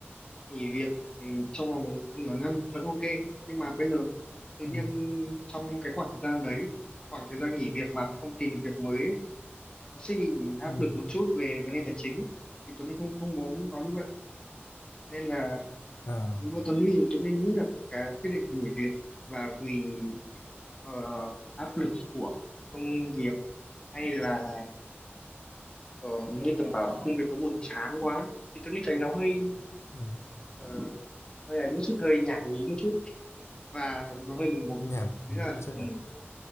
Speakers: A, on the left; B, on the left.
A: nghỉ việc ừ, trong vòng nửa năm vẫn ok nhưng mà bây giờ tự nhiên
B: ừ
A: trong cái khoảng thời gian đấy khoảng thời gian nghỉ việc mà không tìm được việc mới ấy, nó sẽ bị áp
B: ừ
A: lực một chút về vấn đề tài chính thì Tuấn Linh không không muốn nó như vậy nên là
B: à
A: đối với Tuấn Linh Tuấn Linh nghĩ là cái quyết định nghỉ việc và vì ờ, áp lực của công việc hay là ờ, như tưởng bảo là công việc nó buồn chán quá thì Tuấn Linh thấy nó hơi
B: ừ.
A: ờ, hơi ấy một chút hơi nhảm nhí một chút và nó hơi bồng bột
B: nhảm
A: đấy
B: thì
A: là
B: hiểu chết
A: ừ,
B: à